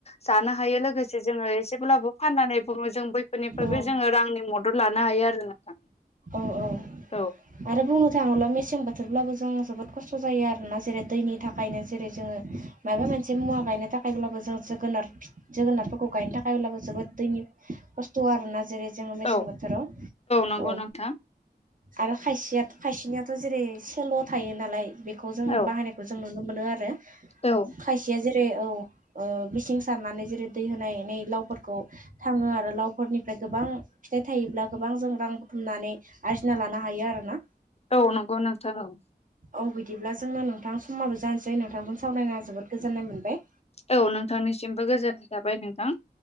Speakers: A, on the left; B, on the right.
A: जानो। हायो लोगोसे जोङो एसेब्लाबो फाननानै बुङो जों बैफोरनिफ्रायबो
B: औ
A: जोङो रांनि मदद लानो ना आरो नोंथां।
B: औ औ
A: औ
B: आरो बुंनो थाङोब्ला मेसें बो शथोरब्लाबो जों जोबोद खस्थ' जायो आरोोना जेरै दैनि थाखायनो जेरै जोङो मायाबा मोनसे मुवा गायनो थाखाय ब्लाबो जों जोगोन जोगोनारफोरखौ गायनो थाखायब्लाबो जोबोद दैनि खस्थ' आरोना जेरै जोङो मेसें
A: औ
B: बोथोराव
A: नंगौ
B: औ
A: नोंथां
B: आरो खायसेया खायसेनियाथ' जेरै सेल' थायो नालाय बेखौ जोङो
A: औ
B: बाहायनायखौ जों नुनो मोनो आरो
A: औ
B: खायसेया जेरै जे औ ओ मिसिं सारनानै जेरै दै होनायनै लावफोरखौ थाङो आरो लावफोरनिफ्राय गोबां फिथाइ थायोब्ला गोबां जों रां बुथुमनानै आरजिना लानो हायो आरोना।
A: औ नंगौ नोंथां औ
B: औ बिदिब्ला जोङो नोंथां समाबो जानोसै नोंथांखौनो सावरायना जोबोद गोजोननाय मोनबाय।
A: औ नोंथांनिसिमबो गोजोननाय थाबाय नोंथां।